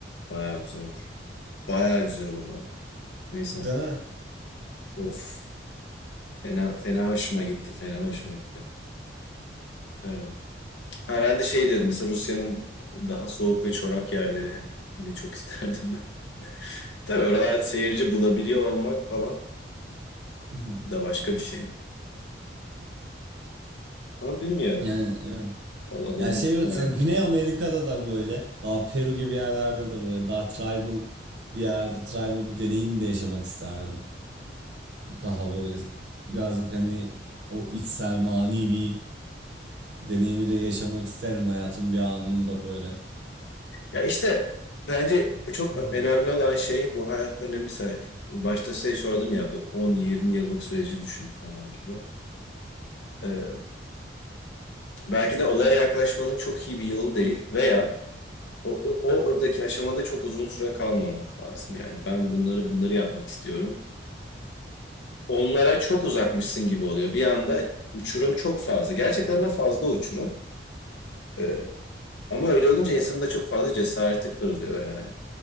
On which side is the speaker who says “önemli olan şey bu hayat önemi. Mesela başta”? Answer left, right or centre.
Left